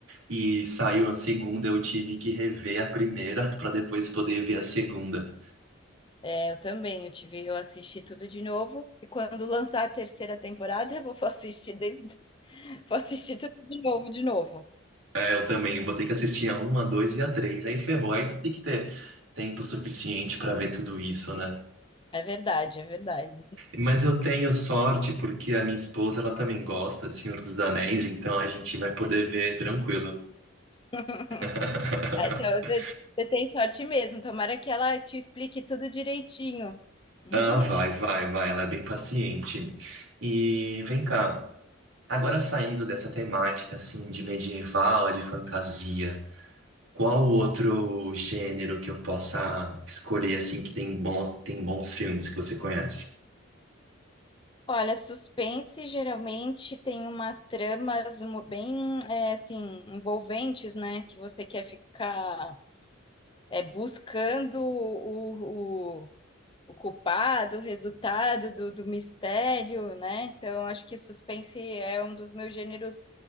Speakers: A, on the right (about 75°); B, on the left (about 25°).
A: e saiu a segunda, eu tive que rever a primeira <laughs> para depois poder ver a segunda.
B: é, eu também, eu tive, eu assisti tudo de novo e quando lançar a terceira temporada, eu vou <laughs> assistir desde, vou assistir tudo de novo, de novo.
A: Aí Eu também vou ter que assistir a um a 2 e a três Aí ferrou, aí tem que ter tempo suficiente para ver tudo isso, né?
B: É verdade, é verdade.
A: Mas eu tenho sorte porque a minha esposa, ela também gosta de Senhor dos Anéis, então a gente vai poder ver tranquilo.
B: <laughs>
A: <laughs>
B: Ah, Então, você, você tem sorte mesmo. Tomara que ela te explique tudo direitinho. <laughs>
A: Ah, vai, vai, vai, ela é bem paciente. E vem cá, agora saindo dessa temática assim de medieval, de fantasia, qual o outro gênero que eu possa escolher assim que tem bons, tem bons filmes que você conhece?
B: Olha, suspense geralmente tem umas tramas mu- bem, é, assim, envolventes, né? Que você quer ficar é, buscando o, o, o culpado, o resultado do, do mistério, né? Então, acho que suspense é um dos meus gêneros